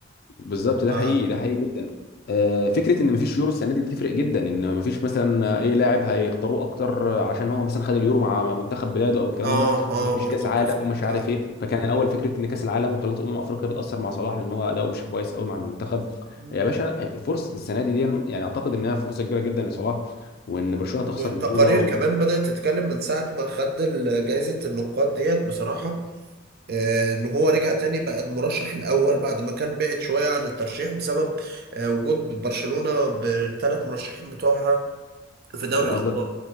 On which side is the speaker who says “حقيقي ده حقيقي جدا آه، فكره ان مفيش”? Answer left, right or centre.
Left